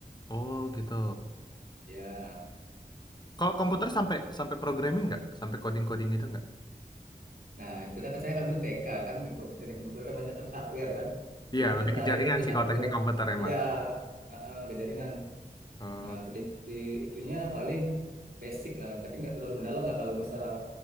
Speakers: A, on the left; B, on the right.
A: Oh gitu.
B: Ya,
A: Kalau komputer sampai sampai programming nggak? Sampai coding-coding gitu nggak?
B: nah itu banyak kan saya ambil TK kan. Di Komputer di komputer kan banyak kan hardware kan.
A: Iya,
B: Dulu
A: lebih
B: tertariknya
A: ke jaringan
B: di
A: sih
B: hardware.
A: kalau teknik komputer emang.
B: Ya, uh-uh, ke jaringan.
A: Oh,
B: Nah,
A: gitu.
B: di, di itunya paling basic lah. Tapi nggak terlalu mendalam lah kalau masalah